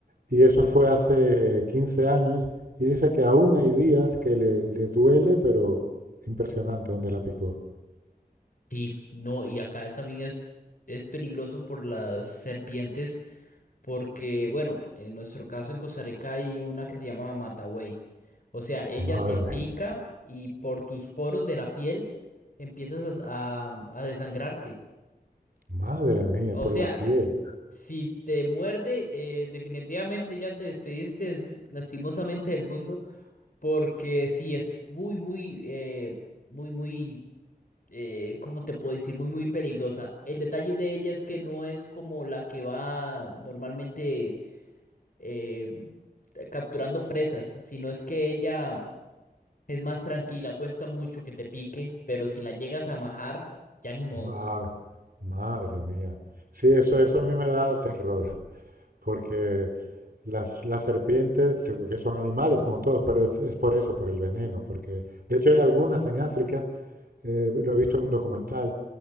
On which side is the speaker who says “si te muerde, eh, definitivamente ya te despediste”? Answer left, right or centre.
Left